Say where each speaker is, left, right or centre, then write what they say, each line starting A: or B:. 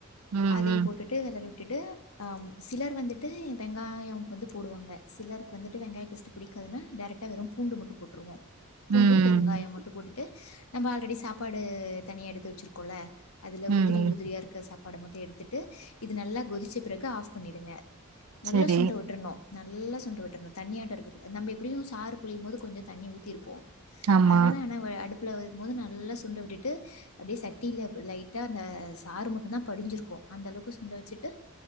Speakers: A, on the right; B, on the left.
A: ம்
B: அதையு
A: ம்
B: போட்டுட்டு விளறவுட் விட்டுட்டு அ சிலர் வந்துட்டு வெங்காயம் வந்து போடுவாங்க சிலருக் வந்துட்டு வெங்காயம் பிடிக்க பூண்டு மும் போட்டுவோ பூண்டும்
A: ம்
B: பெருங்காயம் மட்டும் போட்டுட்டு நம்ம ஆல்ரெடி சாப்பாடு தனியா எடுத்து வெச்சிருக்கோல அதுல
A: ம் ம்
B: உதிரி உதிரியார்க்க சாப் வட மட்டு எடுத்துட்டு இது நல்லா கொதிச்ச பிறகு ஆஃப் பண்ணிடுங்க நல்ல
A: சரி
B: சுண்ட வுட் நோ நல்லா சுண்ட விட்டடணோ தனியா இருக்க கூடா நம்ம எப்படியும் சாறு புழியும் போதுகொஞ்சோ தண்ணி ஊத்திருப்போ
A: ஆமா
B: அதனால ஆனா அடுப் ப்புல வரும்போது நல்லா சுண்ட விட்டுட்டு அப்டியே சட் ட்டியில லைட்டா அந்த சாறு மட்டு தா படிஞ்சிருக்கோ அந்த அளவுக்கு சுண்ட வெச்சுட்டு